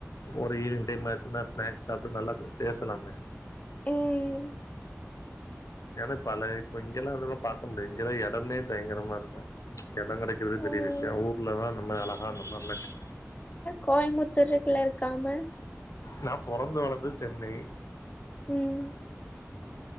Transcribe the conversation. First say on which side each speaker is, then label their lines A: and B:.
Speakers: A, on the left; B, on the left.
A: ஒரு ஈவினிங் டைம் ஆச்சுன்னா ஸ்நாக்ஸ் சாப்டு நல்லா பேசலாமே
B: ம்
A: எனக்கு பல இப்ப இங்கெல்லா அதெல்லா பாக்க முடியு இங்கெல்லா எடமே பயங்கரமா இருக்கு எடங் கெடைக்கிறதே
B: ம்
A: பெரிய விஷ்யோ ஊர்ல தா அந்த மாரி அழகா அந்த மாரிலா கெட்
B: கோயம்பத்தூருக்குள்ள இருக்காம
A: நா பொறந்து வளந்தது சென்னை
B: ம்